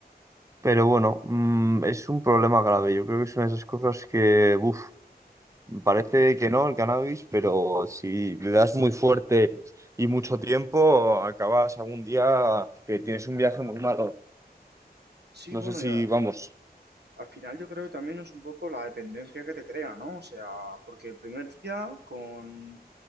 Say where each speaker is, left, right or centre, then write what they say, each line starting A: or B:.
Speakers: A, on the right (about 20°); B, on the right (about 80°).
A: pero bueno, mm, es un problema grave. Yo creo que es una de esas cosas que, uff, parece que no, el cannabis, pero si le das muy fuerte y mucho tiempo, acabas algún día que tienes un viaje muy malo.
B: Sí, bueno,
A: No sé
B: ya.
A: si, vamos,
B: Al final yo creo que también es un poco la dependencia que te crea, ¿no? O sea, porque el primer día con